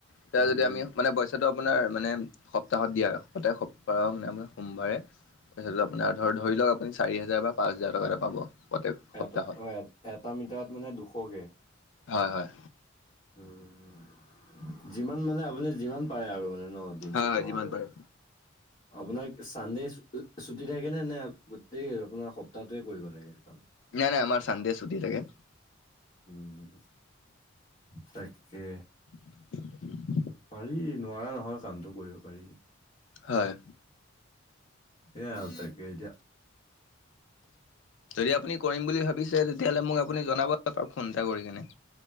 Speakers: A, on the left; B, on the left.
A: তেতিয়া
B: উম, উম,
A: যদি আমি মানে সেটো আপোনাৰ মানে সপ্তাহত দিয়া গোটেই সপ্তাহও মানে আপোনাৰ সোমবাৰে ধৰি লওঁ আপুনাৰ ধৰ লওক আপুনি চাৰি হাজাৰ বা পাঁচ হাজাৰ টকা এটা পাব প্ৰত্যেক সপ্তাহত।
B: এটা অ', এটা মিটাৰত মানে দুশকে।
A: হয়-হয়।
B: উম, যিমান মানে আপুনি যিমান পাৰে আৰু মানে ন'? দিনটোত
A: হয় -হয়
B: লগাব।
A: যিমান পাৰোঁ।
B: আপোনাক চানডে ছুটি থাকে নে -নে গোটেই আপোনাৰ সপ্তাহটোৱে কৰিব লাগে এইটো কাম?
A: নাই -নাই আমাৰ চানডে চুটি থাকে।
B: উম, তাকে।
A: <inaudible>
B: পাৰি নোৱাৰা নহয় কামটো কৰিব পাৰি।
A: হয়।
B: এ আৰু তাকে এতিয়া
A: যদি আপুনি কৰিম বুলি ভাবিছে তেতিয়াহ'লে মোক আপুনি জনাব <unintelligible> ফোন এটা কৰি কিনে?